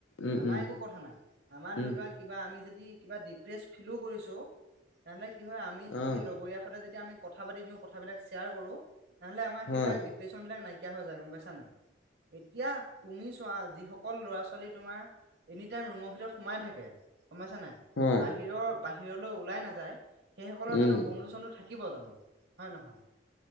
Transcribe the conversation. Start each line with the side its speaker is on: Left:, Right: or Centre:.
Left: উম
Right: আমাৰ
Left: উম
Right: একো কথা নাই। আমাৰ
Left: উম
Right: ধৰি লোৱা কিবা আমি যদি কিবা দিপ্ৰেচ ফিলো কৰিছো তেনেহ'লে কি হয় আমি
Left: অ
Right: সেই লগৰীয়া সৈতে যদি আমি কথা পাতি দিওঁ কথাবিলাক শ্বয়াৰ কৰো। তেনেহ'লে আমাৰ সেইবিলাক
Left: হয়,
Right: ডিপ্ৰেচনবিলাক নাই কিয়া হৈ যায় গম পাইছানে নাই? এতিয়া তুমি চোৱা যিসকল ল'ৰা ছোৱালী তোমাৰ এনি টাইম ৰুমৰ ভিতৰত সোমাই থাকে। গম পাইছানে নাই
Left: হয়,
Right: বাহিৰৰ বাহিৰলৈ ওলাই নাযায় সেইসকলৰ
Left: উম,
Right: জানো বন্ধু চন্ধু থাকে। থাকিব জানো? হয়নে নহয়!